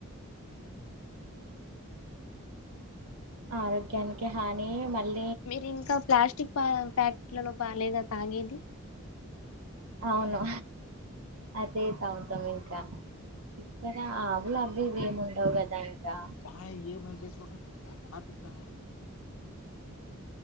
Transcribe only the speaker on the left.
మీరు ఇంకా ప్లాస్టిక్ పా ప్యాకెట్లలో పాలేగా తాగేది.
కా ఏ మహకష్ బ కా పూా